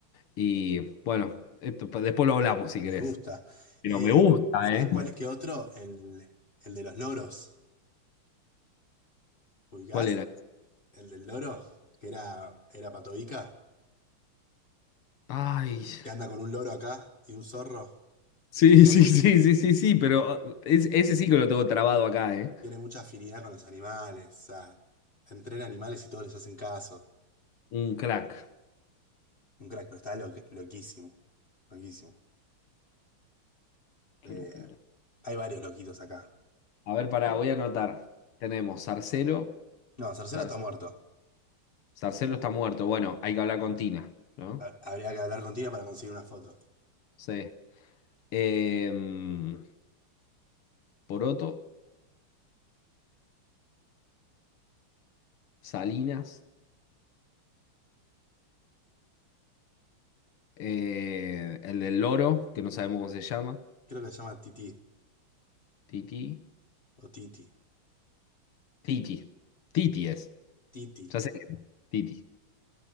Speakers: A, on the left; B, on the left.
A: Y bueno, esto, después lo hablamos si
B: me
A: querés.
B: gusta.
A: Pero
B: Eh,
A: me gusta,
B: ¿sabés
A: ¿eh?
B: cuál es que otro? El, el de los loros. ¿Ubicás?
A: ¿Cuál era?
B: El del loro, que era, era Patovica,
A: Ay.
B: que anda con un loro acá y un zorro.
A: Sí, sí, sí, sí, sí, sí, pero uh, es- ese sí que lo tengo trabado acá, ¿eh?
B: Tiene mucha afinidad con los animales. O sea, entrena animales y todos les hacen caso.
A: Un crack.
B: Un crack, pero está lo- loquísimo. Loquísimo.
A: Qué
B: Eh,
A: locura.
B: hay varios loquitos acá.
A: A ver, pará, voy a anotar. Tenemos Sarcelo.
B: No, Cercero
A: Sar-
B: está muerto.
A: Sarcelo está muerto. Bueno, hay que hablar con Tina, ¿no?
B: Ha- Habría que hablar con Tina para conseguir una foto.
A: Sí. Em, Poroto, Salinas, eh, el del loro, que no sabemos cómo se llama.
B: Creo que se llama Titi.
A: Titi.
B: O Titi.
A: Titi. Titi es.
B: Titi.
A: Ya sé que Titi.